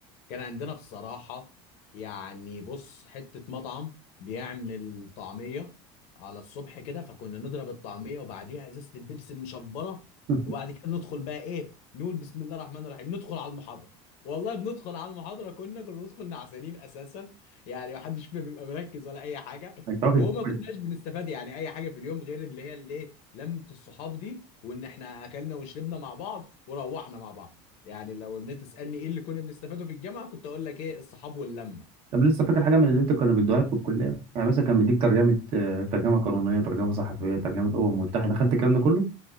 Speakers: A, on the left; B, on the right.
A: كان عندنا بصراحة يعني بص حتة مطعم بيعمل طعمية على الصبح كده فكنا نضرب الطعمية وبعديها ازازة البيبسي المشبرة
B: <laughs>
A: وبعد كده ندخل بقى ايه نقول بسم الله الرحمن الرحيم ندخل على المحاضرة والله بندخل على المحاضرة كنا كنا ندخل نعسانين اساسا يعني محدش فينا بيبقى مركز ولا اي حاجة
B: انت واكل
A: وما
B: في الكلية.
A: كناش بنستفاد يعني اي حاجة في اليوم غير اللي هي الايه لمة الصحاب دي وان احنا اكلنا وشربنا مع بعض وروحنا مع بعض يعني لو ان انت تسالني ايه اللي كنا بنستفاده في الجامعه كنت اقول لك ايه الصحاب واللمه
B: طب لسه فاكر حاجه من اللي انت كانوا بيدوها لك في الكليه يعني مثلا كان بيديك ترجمه آه، ترجمه قانونيه ترجمه صحفيه ترجمه امم متحده خدت الكلام ده كله